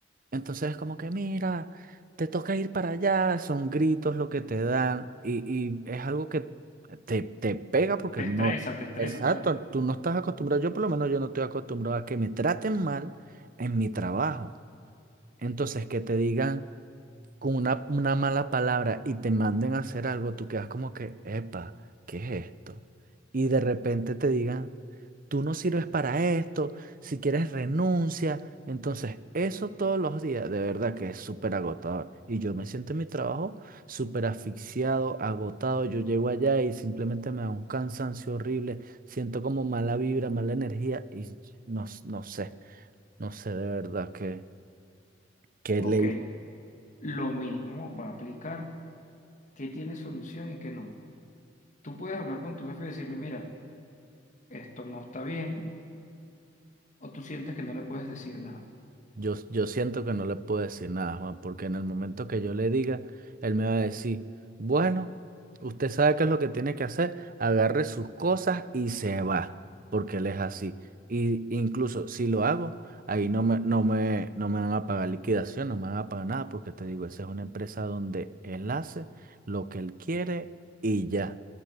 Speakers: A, on the right; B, on the left.
A: Entonces es como que, mira, te toca ir para allá, son gritos lo que te dan y, y es algo que te, te pega porque
B: Te
A: no,
B: estresa, te estresa,
A: exacto,
B: claro.
A: tú no estás acostumbrado, yo por lo menos yo no estoy acostumbrado a que me traten mal en mi trabajo. Entonces que te digan con una, una mala palabra y te manden a hacer algo, tú quedas como que, epa, ¿qué es esto? Y de repente te digan, tú no sirves para esto, si quieres renuncia. Entonces, eso todos los días, de verdad que es súper agotador. Y yo me siento en mi trabajo súper asfixiado, agotado. Yo llego allá y simplemente me da un cansancio horrible, siento como mala vibra, mala energía y no, no sé, no sé de verdad qué, qué
B: Ok,
A: ley.
B: lo mismo va a aplicar. ¿Qué tiene solución y qué no? Tú puedes hablar con tu jefe y decirle, mira, esto no está bien o tú sientes que no le puedes decir nada.
A: Yo, yo siento que no le puedo decir nada, Juan, porque en el momento que yo le diga, él me va a decir, bueno, usted sabe qué es lo que tiene que hacer, agarre sus cosas y se va, porque él es así. Y incluso si lo hago, ahí no me, no me, no me van a pagar liquidación, no me van a pagar nada, porque te digo, esa es una empresa donde él hace lo que él quiere y ya.